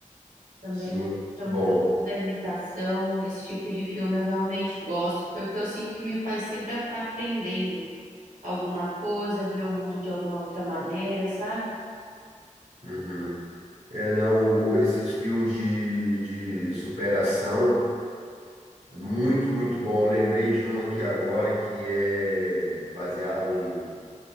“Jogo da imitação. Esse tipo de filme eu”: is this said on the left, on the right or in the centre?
Right